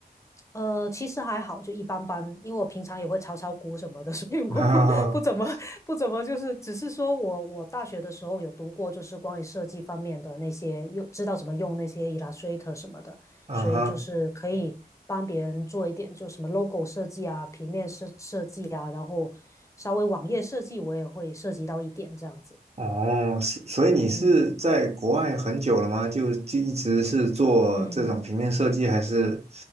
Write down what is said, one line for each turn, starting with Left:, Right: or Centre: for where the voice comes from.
Left: 呃，其实还好，就一般般，因为我平常也会炒炒股什么的，所以我不不怎么不怎么就是，
Right: <laughs>
Left: 只是说我我大学的时候有读过，就是关于设计方面的那些，又知道怎么用那些 Illustrator 什么的，
Right: 啊哈，
Left: 所以就是可以帮别人做一点，就什么 logo 设计啊、平面设设计啊，然后稍微网页设计我也会涉及到一点这样子。
Right: 哦，所所以你是在国外很久了吗？
Left: 嗯
Right: 就就一直是做这种平面设计，
Left: 嗯。
Right: 还是？